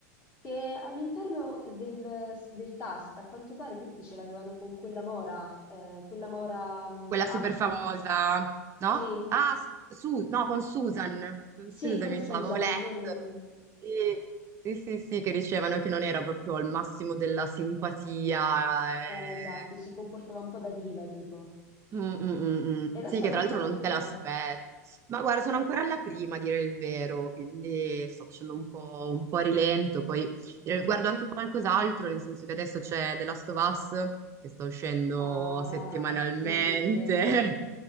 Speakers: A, on the left; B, on the right.
A: che all'interno del, del cast, a quanto pare tutti ce l'avevano con quella mora, eh, quella mora mh,
B: Quella
A: alta.
B: super famosa,
A: Sì,
B: no? Ah, Su- no, con Susan. Con
A: sì,
B: Susan,
A: con
B: mi
A: Susan,
B: sa, avevo letto.
A: non con...
B: Sì, sì, sì, sì, che dicevano che non era proprio al massimo della simpatia. eh.
A: Eh, esatto, si comportava un po' da diva, tipo.
B: Mm, mm, mm, mm.
A: E adesso
B: Sì, che
A: a
B: tra
A: che
B: l'altro
A: stagione
B: non te
A: stai?
B: l'aspetti. Ma guarda, sono ancora alla prima a dire il vero, quindi sto facendo un po', un po' a rilento. Poi dire- guardo anche qualcos'altro, nel senso che adesso c'è The Last of Us, che sta uscendo
A: Ah,
B: settimanalmente.
A: sì, sì, sì,
B: <laughs>